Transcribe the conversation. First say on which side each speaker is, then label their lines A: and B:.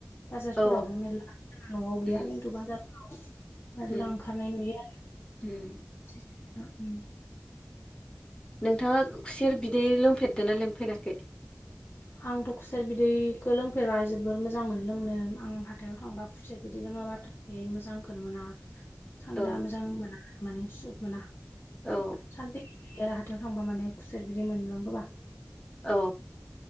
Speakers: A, on the left; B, on the left.
A: बाजारफोरावबो
B: औ
A: मेरला न'आव गैया
B: उम
A: खिन्थु बाजारफोराव मेरला
B: उम
A: ओंखारनाय नुयो।
B: उम।
A: <unintelligible> ओ उम।
B: नोंथाङा खुसेर बिदै लोंफेरदों ना लोंफेराखै?
A: आंथ' खुसेर बिदैखौ लोंफेरबाय जोबोर मोजां मोनो लोंनो आं हाथायाव थांबा खुसेर बिदै लोङाब्लाथा ओइ मोजां खौनो मोनना। थान्दा
B: औ
A: मोजां मोना माने सुख मोना
B: औ
A: उम सान्थि जायो आरो हाथायाव थांबा माने खुसेर बिदि मोनलोंबो बा।
B: औ।